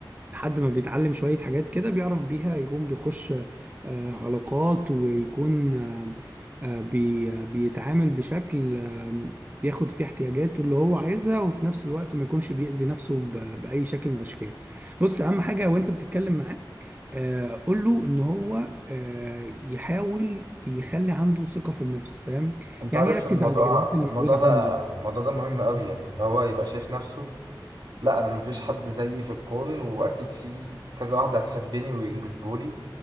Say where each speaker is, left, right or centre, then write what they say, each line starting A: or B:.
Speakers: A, on the right (about 20°); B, on the right (about 60°).
A: لحد ما بيتعلم شوية حاجات كده بيعرف بيها يكون بيخش آه، علاقات ويكون آه، آه، بي آه، بيتعامل بشكل آه، ياخد فيه احتياجاته اللي هو عايزها وفي نفس الوقت ما يكونش بيأذي نفسه ب- بأي شكل من الأشكال بص أهم حاجة وأنت بتتكلم معاه آه، قول له ان هو آه، يحاول يخلي عنده ثقة في النفس فاهم
B: انت
A: يعني
B: عارف
A: يركز
B: الموضوع
A: على الاجابات اللي
B: الموضوع
A: موجودة
B: ده
A: عنده
B: الموضوع ده مهم قوي يعني اللي هو يبقى شايف نفسه لا انا مفيش حد زيي في الكون واكيد في كذا واحده هتحبني وينجذبولي